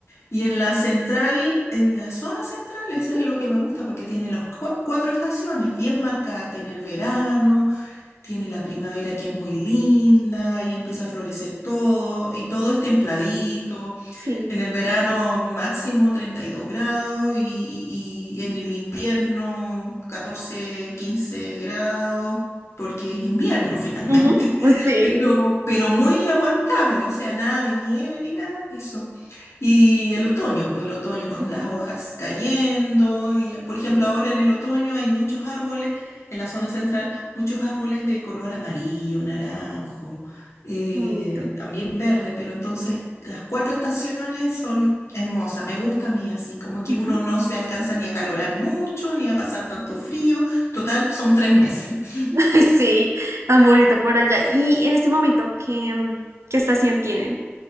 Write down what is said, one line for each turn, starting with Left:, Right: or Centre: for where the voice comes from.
Left: Y en la central, en la zona central, eso
Right: ujú,
Left: es lo que me gusta porque tiene las cua- cuatro estaciones bien marcadas. Tiene el verano, tiene la primavera que es muy linda y empieza a florecer todo y todo es templadito.
Right: Sí,
Left: En el verano máximo 32 grados y, y en el invierno 14 15 grados, porque es invierno finalmente,
Right: ujú.
Left: <laughs>
Right: sí,
Left: pero, pero muy aguantable, o sea, nada de nieve ni nada de eso. Y el otoño, pues el otoño con
Right: ujú,
Left: las hojas cayendo, y por ejemplo ahora en el otoño hay muchos árboles, en la zona central, muchos árboles de color amarillo, naranjo eh,
Right: bonito.
Left: también verde, pero entonces las cuatro estaciones son hermosas, me gusta a mí así, como que
Right: Ujú.
Left: uno no se alcanza ni a calorar mucho, ni a pasar tanto frío, total, son tres meses. <laughs>
Right: <laughs> Sí, tan bonito por allá. ¿Y en este momento qué, mm, qué estación tienen?